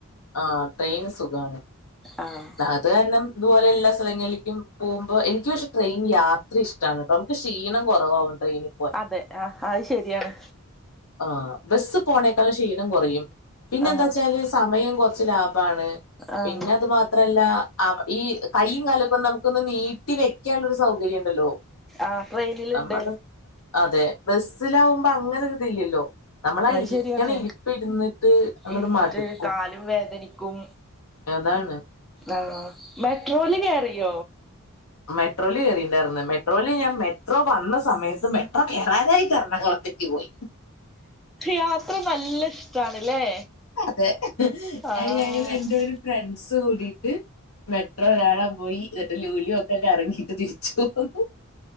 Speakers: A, on the left (about 80°); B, in the centre.
A: ആഹാ ട്രെയിന് സുഖാണ്
B: ആഹ്
A: അത് കാരണം ഇതുപോലെ എല്ലാ സ്ഥലങ്ങളിലേക്കും പോകുമ്പോ എനിക്ക് പ ട്രെയിൻ യാത്രയിഷ്ടാണ് ട്ടോ, നമക്ക് ക്ഷീണം കൊറവാവും ട്രെയിനി
B: അതെ ഹാ ആഹ്ശെരിയാണ്
A: ആ് ബസ്സ് പോണേക്കാളും ക്ഷീണം കൊറയും പിന്നെന്താച്ചാല്
B: ആഹ്
A: സമയം കൊറച്ച് ലാഭാണ്
B: ആഹ്
A: പിന്നതുമാത്രല്ലാ ആഹ് ഈ കയ്യും കാലു ക്കൊന്ന് നമുക്കൊന്ന് നീട്ടി വെക്കാനൊരു സൗകര്യ ണ്ടല്ലോ
B: ആഹ് ട്രെയിനില്ണ്ട്
A: നമ്മടം അതെ ബെസ്സിലാവുമ്പോ അ അങ്ങനൊര് തില്ലല്ലോ നമ്മളാ
B: അത്
A: ഇരിക്കണ
B: ശരിയാണ്
A: ഇരിപ്പ് ഇര്ന്നിട്ട് അങ്ങട്ട്
B: ഇരുന്നിട്ട്
A: മടുക്കും
B: കാലും വേദനിക്കും
A: അതാണ്
B: ആഹ് മെട്രോല് കേറിയോ
A: മെട്രോല് കേറിണ്ടാര്ന്നു മെട്രോല് ഞാൻ മെട്രോ വന്ന സമയത്ത് മെട്രോ കേറാനായ്ട്ട് എരണാങ്കുളത്തെ ട്ടിവൊയി
B: യാത്ര നല്ല ഇഷ്ടാണ്ല്ലേ
A: അതെ
B: ആഹ്
A: അയ് ഞങ്ങള് രണ്ടു പേരും ഫ്രണ്ട്സ് കൂടിട്ട് മെട്രോ കാണാൻ പോയി ന്ന്ട്ട് ലുലു ഒക് ക്ക എറങ്ങിട്ട് തിര്ച്ചു പൊന്നു